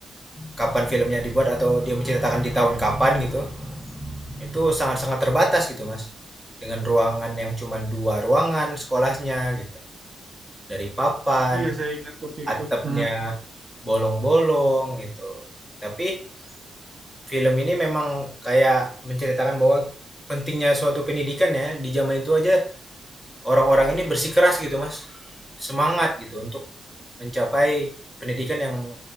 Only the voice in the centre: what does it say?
kapan filmnya dibuat atau dia menceritakan di tahun kapan gitu itu sangat-sangat terbatas gitu mas dengan ruangan yang cuma dua ruangan sekolahnya gitu dari papan
atapnya
bolong-bolong gitu tapi film ini memang kayak menceritakan bahwa pentingnya suatu pendidikan ya di zaman itu aja orang-orang ini bersikeras gitu mas semangat gitu untuk mencapai pendidikan yang